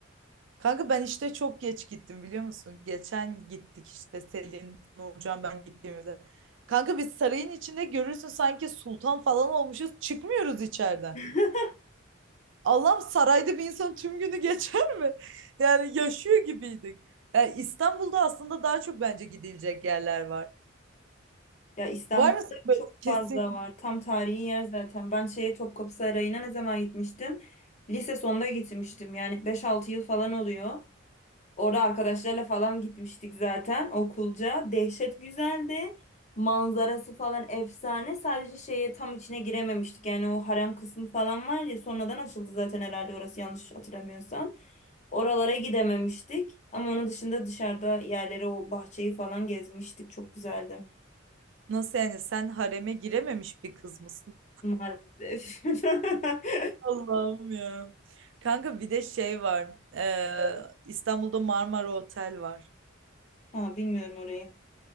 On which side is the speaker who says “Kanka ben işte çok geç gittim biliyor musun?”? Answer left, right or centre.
Right